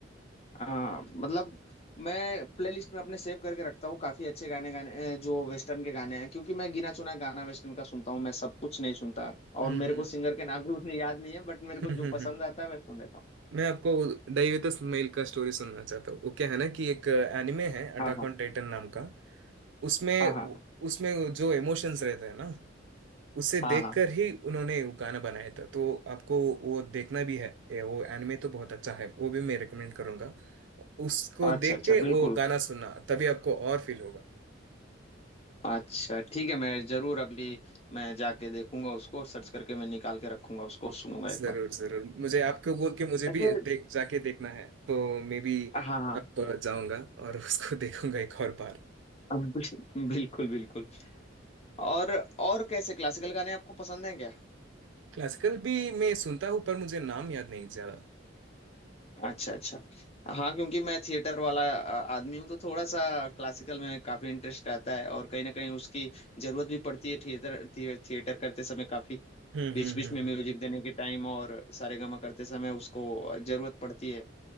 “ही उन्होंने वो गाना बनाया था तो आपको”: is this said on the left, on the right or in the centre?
Right